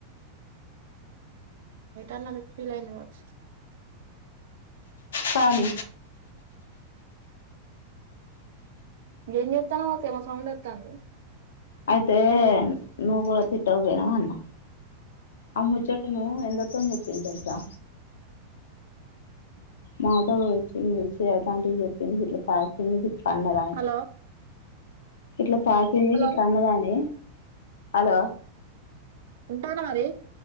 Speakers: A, on the right; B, on the left.
A: నైట్ అన్నందుకు ఫీల్ అయింది కావచ్చు
B: కానీ
A: ఏం చేత్తనవక్క ఏమో సౌండ్ వత్తంది
B: అయితే నువ్వు కూడా తిట్టకపోయినావ అన్నా ఆ ముచ్చటను ఎందరితోను చెప్పింది తెలుసా మాతో వచ్చింది స్వేతాంటికి చెప్పింది ఇట్లా <unintelligible> పన్నదా
A: హలో
B: ఇట్ల తాకింది
A: హలో
B: ఇట్ల అన్నదానే హలో
A: టనా మరి